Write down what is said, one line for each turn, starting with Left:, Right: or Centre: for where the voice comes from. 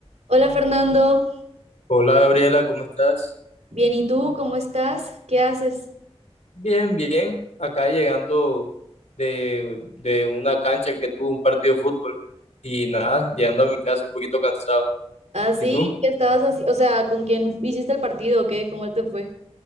Right: Hola Fernando,
Left: Hola Gabriela, ¿cómo estás?
Right: bien, ¿y tú? ¿Cómo estás? ¿Qué haces?
Left: Bien, bien. Acá llegando de, de una cancha que tuve un partido de fútbol y nada, llegando a mi casa un poquito cansado.
Right: Ah, sí,
Left: ¿Y tú?
Right: ¿qué estabas así? O sea, ¿con quién hiciste el partido o qué? ¿Cómo te fue?